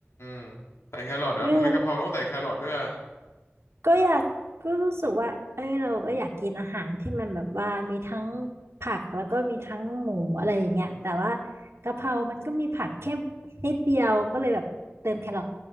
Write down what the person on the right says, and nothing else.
เออ ก็อยากก็รู้สึกว่าเอ้ยเราก็อยากกินอาหารที่มันแบบว่ามีทั้งผักแล้วก็มีทั้งหมูอะไรอย่างเงี้ยแต่ว่ากะเพรามันก็มีผักแค่นิดเดียวก็เลยแบบเติมแครอท